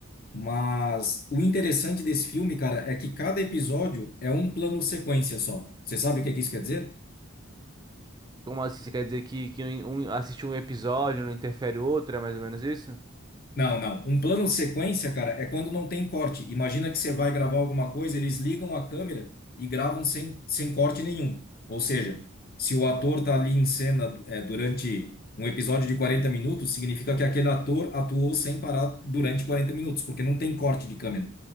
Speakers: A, on the left; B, on the right.
A: mas o interessante desse filme, cara, é que cada episódio é um plano sequência só. Você sabe o que é que isso quer dizer?
B: Como assim, você quer dizer que, que um, um- assistir um episódio não interfere o outro, é mais ou menos isso?
A: Não, não. Um plano sequência, cara, é quando não tem corte. Imagina que você vai gravar alguma coisa, eles ligam a câmera e gravam sem, sem corte nenhum. Ou seja, se o ator tá ali em cena é, durante um episódio de 40 minutos, significa que aquele ator atuou sem parar durante 40 minutos, porque não tem corte de câmera.